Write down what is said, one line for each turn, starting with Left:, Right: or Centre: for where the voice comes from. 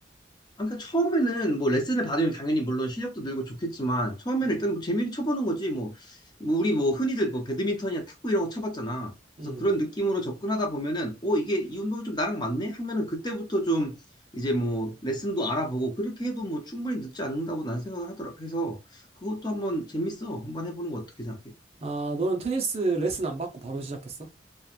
Left: 아, 그러니까 처음에는 뭐 레슨을 받으면 당연히 물론 실력도 늘고 좋겠지만 처음에는
Right: 음.
Left: 일단 뭐 재미를 쳐보는 거지 뭐, 뭐 우리 뭐 흔히들 뭐 배드민턴이나 탁구 이런 거 쳐봤잖아.
Right: 음.
Left: 그래서 그런 느낌으로 접근하다 보면은 어 이게 이 운동이 좀 나랑 맞네 하면은 그때부터 좀 이제 뭐 레슨도 알아보고 그렇게 해도 뭐 충분히 늦지 않는다고 난 생각을 하더라. 해서 그것도 한번 재밌어. 한번 해보는 거 어떻게 생각해?
Right: 아, 너는 테니스 레슨 안 받고 바로 시작했어?